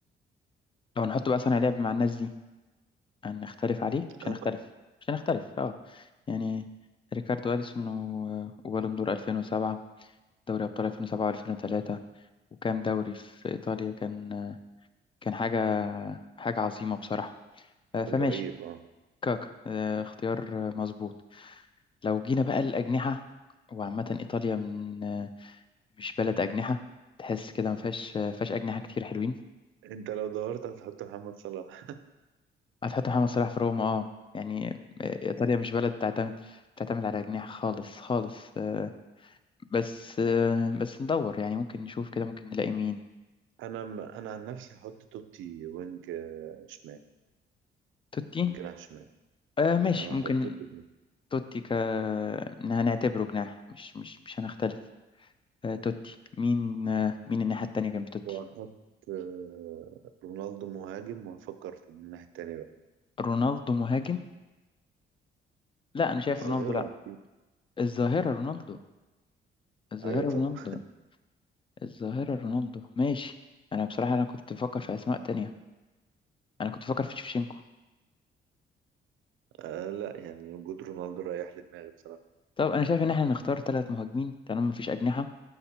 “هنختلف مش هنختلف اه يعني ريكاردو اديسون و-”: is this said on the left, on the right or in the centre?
Left